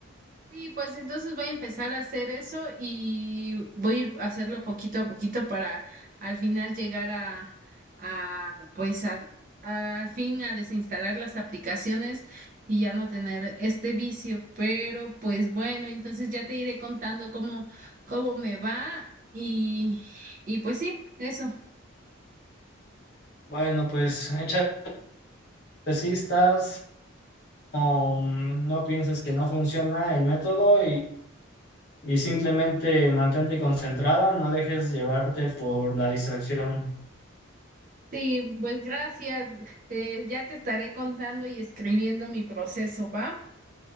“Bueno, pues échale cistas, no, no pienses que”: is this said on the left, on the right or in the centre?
Left